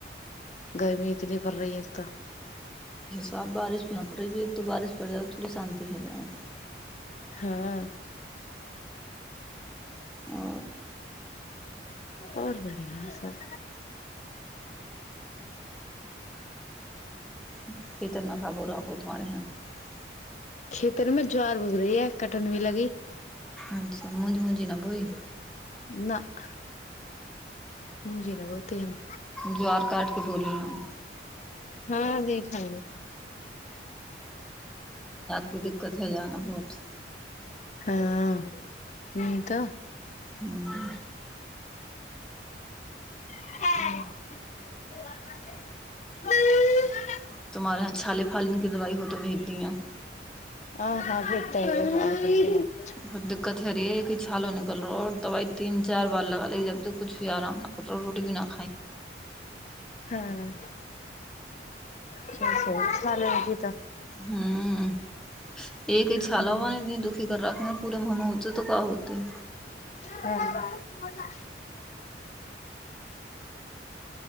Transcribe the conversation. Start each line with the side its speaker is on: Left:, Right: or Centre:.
Left: गर्मी इतनी पड़ रही एक तऽ
Centre: साफ बारिश भी पड़ बारिश पड़ जाय थोड़ी शान्ति हो जाय
Left: हँ
Centre: आ
Left: और बड़ियासब
Centre: <unintelligible>
Left: खेतर मे ज्वार उब रही है कटन भी लगी
Centre: अच्छा मुजं मुंजी नहि बोई
Left: न मुझे न बोते हम
Centre: ज्वार काट के बोली हूँ
Left: हँ देखा
Centre: क दिक्कत की जाना बहुत
Left: हँ न तऽ
Centre: हूँ
Left: है <inaudible>
Centre: तुम्हारे यहाँ छाले फालने दवाई हो तऽ भेज दीय <unintelligible>
Left: आ ह जेतत
Centre: बहुत दिक्कत ह रहै य किछ हालो निकल रहोर दवाईत तीन चार बार लगा ली जब तक कुछ भी आराम न पो रोडि भीना <unintelligible>
Left: <inaudible> हँ च ले की तऽ <unintelligible>
Centre: हुँ एक छालबा
Left: हम्म,
Centre: ने दनी दुखी कर राखने पूरे मुँह में होईछि तऽ का होतय
Left: <inaudible>